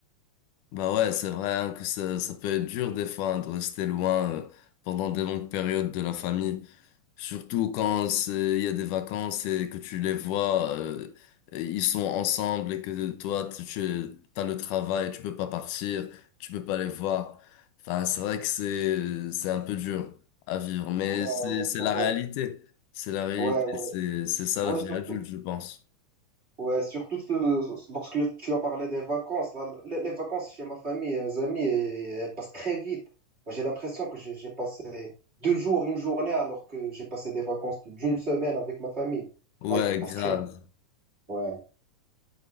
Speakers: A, on the left; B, on the right.
A: Bah ouais, c'est vrai hein, que ça, ça peut être dur des fois hein, de rester loin euh, pendant des longues périodes de la famille. Surtout quand c'est- il y a des vacances et que tu les vois, euh, et ils sont ensemble et que toi, tu, tu as le travail, tu peux pas partir, tu peux pas les voir. Enfin, c'est vrai que c'est, c'est un peu dur à vivre, mais
B: Ouais,
A: c'est,
B: ouais,
A: c'est
B: frérot.
A: la réalité. C'est la réalité.
B: Ouais, ouais,
A: C'est, c'est ça
B: ouais,
A: la vie
B: surtout,
A: adulte, je pense.
B: ouais, surtout ce- lorsque tu as parlé des vacances, là, les, les vacances chez ma famille et mes amis, et- elles passent très vite. Moi, J'ai l'impression que j'ai j'ai passé deux jours, une journée, alors que j'ai passé des vacances d'une semaine avec ma famille.
A: Ouais,
B: Ah, ils passent
A: grave.
B: très vite. Ouais.